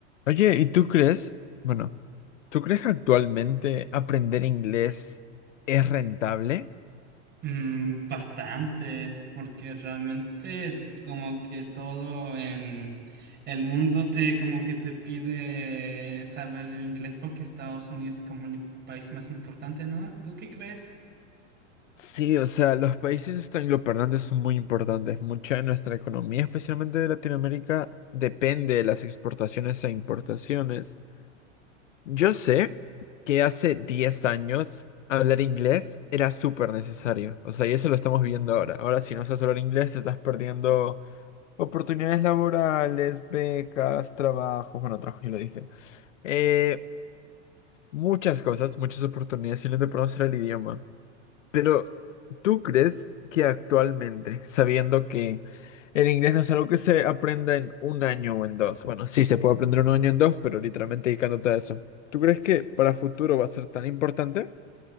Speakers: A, on the left; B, on the right.
A: Oye, ¿y tú crees, bueno, ¿tú crees que actualmente aprender inglés es rentable?
B: Mm, bastante, porque realmente como que todo en el mundo te como que te pide saber el inglés porque Estados Unidos es como el país más importante, ¿no? ¿Tú qué crees?
A: Sí, o sea, los países este, angloparlantes son muy importantes. Mucha de nuestra economía, especialmente de Latinoamérica, depende de las exportaciones e importaciones. Yo sé que hace 10 años hablar inglés era súper necesario. O sea, y eso lo estamos viendo ahora. Ahora, si no sabes hablar inglés, estás perdiendo oportunidades laborales, becas, trabajos, bueno, trabajos, y lo dije. Eh, muchas cosas, muchas oportunidades y no de conocer el idioma. Pero, ¿tú crees que actualmente, sabiendo que el inglés no es algo que se aprenda en un año o en dos, bueno, sí, se puede aprender en un año o en dos, pero literalmente dedicándote a eso, ¿tú crees que para futuro va a ser tan importante?